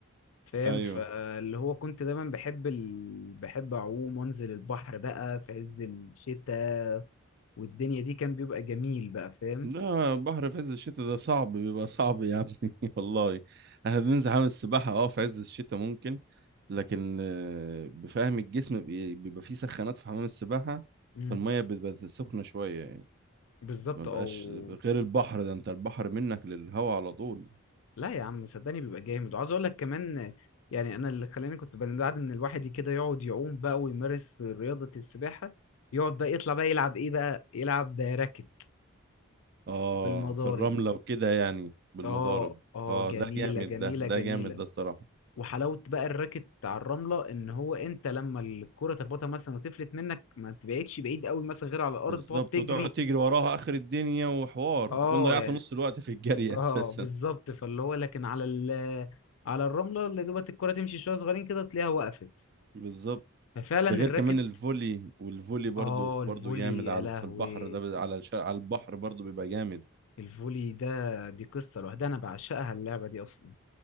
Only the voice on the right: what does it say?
ايوه
لا بحر في عز الشتاء ده صعب بيبقى صعب يا ابني <laughs> والله احنا بننزل حمام السباحة اه في عز الشتاء ممكن لكن آه، بفهم الجسم بي- بيبقى فيه سخانات في حمام السباحة
فالمية بتبقى سخنة شوية يعني
ما بقاش
غير البحر ده انت البحر منك للهوا على طول
اه
في الرملة وكده يعني بالمضارب
اه
ده جامد
ده ده
جامد ده الصراحة
بالظبط
وتقعد تجري وراها اخر الدنيا وحوار
تكون ضيعت
نص الوقت في الجري
<laughs> اساسا
بالظبط
ده غير
كمان الفولي والفولي برضو
برضو جامد
على
في البحر ده ب- على الش- على البحر برضو بيبقى جامد